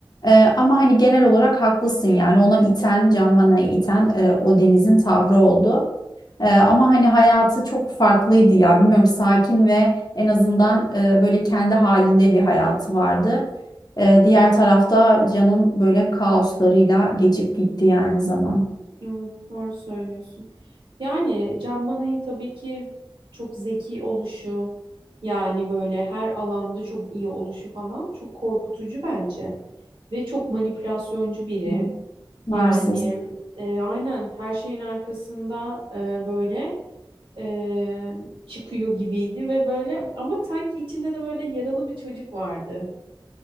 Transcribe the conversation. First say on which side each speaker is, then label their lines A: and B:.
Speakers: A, on the left; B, on the right.
A: Ee, ama hani genel olarak haklısın yani ona iten, Can Mana'yı iten e, o denizin tavrı oldu. Ee, ama hani hayatı çok farklıydı ya bilmiyorum sakin ve en azından e, böyle kendi halinde bir hayatı vardı. Ee, diğer tarafta Can'ın böyle kaoslarıyla geçip gitti yani zaman.
B: Evet, doğru söylüyorsun. Yani Can Manay'ın tabii ki çok zeki oluşu yani böyle her alanda çok iyi oluşu falan çok korkutucu bence ve çok manipülasyoncu biri.
A: Hı. Narsist.
B: Yani e, aynen her şeyin arkasında e, böyle e, çıkıyor gibiydi ve böyle ama sanki içinde de böyle yaralı bir çocuk vardı.